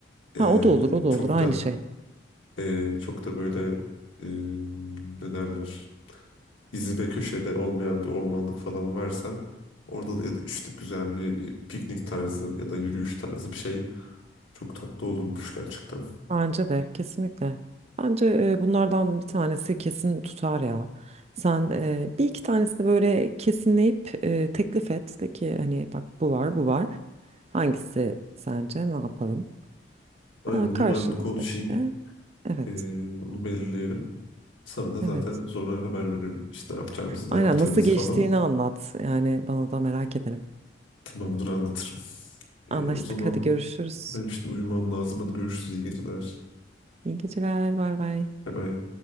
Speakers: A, on the left (about 85°); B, on the right (about 35°).
A: e,
B: Ha o da olur o da
A: çok
B: olur aynı
A: da
B: şey.
A: e, çok da böyle e, ne derler iz ve köşede olmayan bir ormanlık falan varsa orada da ya da işte güzel bir piknik tarzı ya da yürüyüş tarzı bir şey çok tatlı olurmuş gerçekten.
B: Bence de kesinlikle. Bence e, bunlardan bir tanesi kesin tutar ya. Sen e, bir iki tanesini böyle kesinleyip e, teklif et. De ki hani bak bu var bu var. Hangisi sence ne yapalım?
A: Aynen
B: Ha,
A: onu
B: karşındaki
A: ben bir konuşayım.
B: de. Evet,
A: Ee, onu belirleyelim. Sana da zaten
B: evet.
A: sonra haber veririm işte ne yapacağımızı,
B: Aynen
A: ne yaptığımızı
B: nasıl geçtiğini
A: falan.
B: anlat. Yani bana da merak ederim.
A: Tamamdır anlatırım. Ee,
B: Anlaştık.
A: o zaman
B: Hadi görüşürüz.
A: benim şimdi uyumam lazım. Hadi görüşürüz. İyi geceler.
B: İyi geceler. Bay bay.
A: Bay bay.